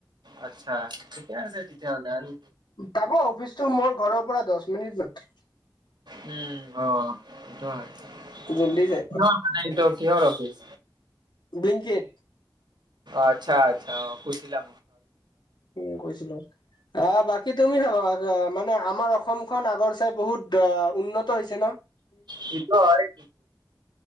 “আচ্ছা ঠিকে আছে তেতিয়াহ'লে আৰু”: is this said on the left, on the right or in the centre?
Right